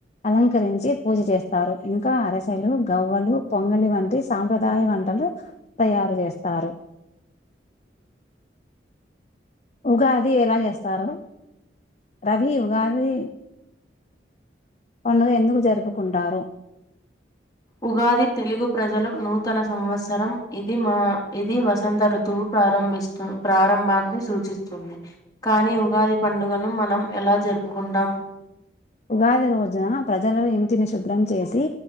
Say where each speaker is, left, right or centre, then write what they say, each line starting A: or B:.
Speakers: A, on the left; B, on the left.
A: అలంకరించి పూజ చేస్తారు ఇంకా అరెసెలు, గవ్వలు, పొంగలి వంటి సాంప్రదాయ వంటలు తయారు చేస్తారు. ఉగాది ఎలా చేస్తారు రవి ఉగాది పండుగ ఎందుకు జరుపుకుంటారు.
B: ఉగాది తెలుగు ప్రజల నూతన సంవత్సరం ఇది మా ఇది వసంత ఋతువు ప్రారంభిస్తు ప్రారంభాన్ని సూచిస్తుంది కానీ ఉగాది పండుగను మనం ఎలా జరుపుకుంటాం
A: ఉగాది రోజున ప్రజలు ఇంటిని శుభ్రం చేసి